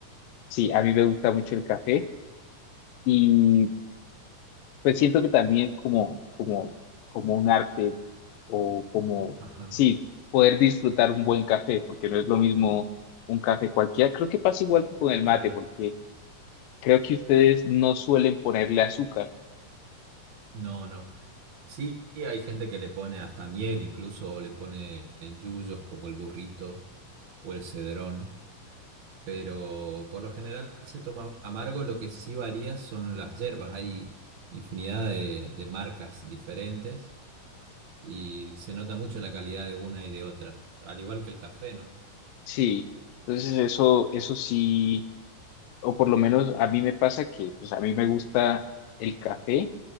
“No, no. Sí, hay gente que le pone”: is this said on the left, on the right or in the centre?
Right